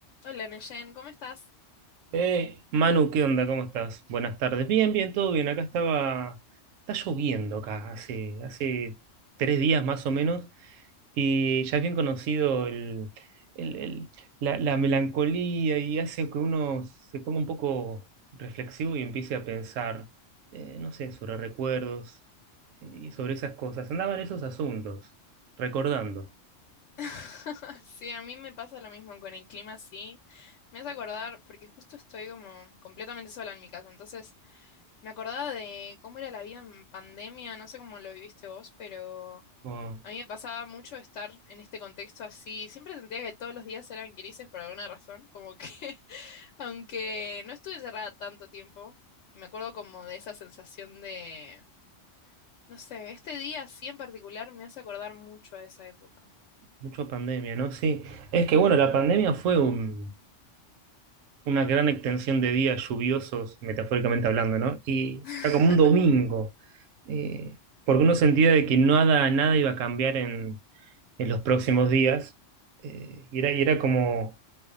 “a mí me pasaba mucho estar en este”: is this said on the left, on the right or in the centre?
Left